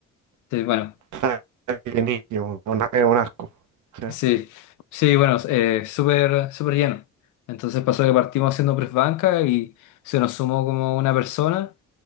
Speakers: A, on the left; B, on the right.
A: Sí, bueno.
B: Está de niño, una- es un asco. Sí,
A: Sí, sí, bueno, eh, súper, súper lleno. Entonces pasó que partimos haciendo press banca y se nos sumó como una persona